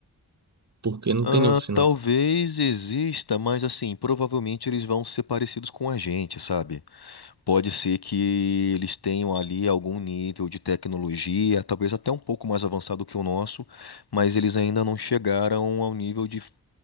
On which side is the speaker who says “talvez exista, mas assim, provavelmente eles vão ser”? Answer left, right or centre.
Left